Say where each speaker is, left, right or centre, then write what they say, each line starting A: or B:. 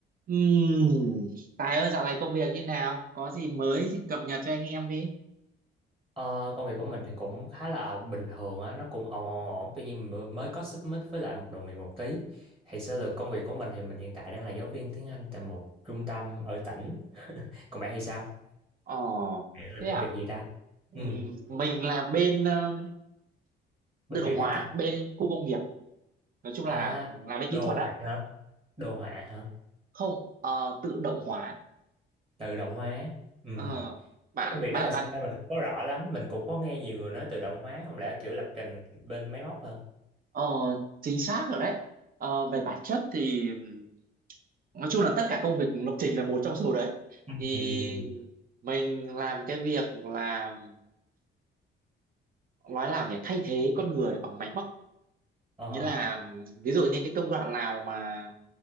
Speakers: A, on the right; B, on the right.
A: Ừm, Tài ơi dạo này công việc như nào? Có gì mới thì cập nhật cho anh em đi.
B: Ờ, công việc của mình thì cũng khá là bình thường á, nó cũng ổn ổn ổn, tuy nhiên mình mới có submit với lại một đồng nghiệp một tí. Thì sơ lược công việc của mình thì mình hiện tại đang là giáo viên tiếng Anh tại một trung tâm ở tỉnh. Còn bạn thì sao?
A: Ồ,
B: Bạn làm
A: thế à?
B: công việc gì ta?
A: Ừm,
B: Ừ,
A: mình làm bên ờ,
B: bên
A: tự động
B: mảng
A: hóa,
B: nào ta?
A: bên khu công nghiệp. Nói chung
B: À,
A: là làm bên
B: đồ
A: kỹ thuật
B: họa
A: á.
B: hả? Đồ họa hả?
A: Không, ờ, tự động hóa.
B: Tự động hóa. Ừ.
A: Ờ, bạn
B: Cái công việc đó
A: bạn
B: là sao
A: bạn
B: ta? Mình không có rõ lắm, mình cũng có nghe nhiều người nói tự động hóa, không lẽ kiểu lập trình bên máy móc hả?
A: ờ, chính xác rồi đấy. Ờ, về bản chất thì ừm, nói chung là tất cả công việc lập trình là một trong số đấy.
B: Ừ.
A: Thì
B: ừ, ừ, ừ.
A: mình làm cái việc là nói nào nhỉ, thay thế con người bằng máy móc
B: Ờ.
A: nghĩa là ví dụ những cái công đoạn nào mà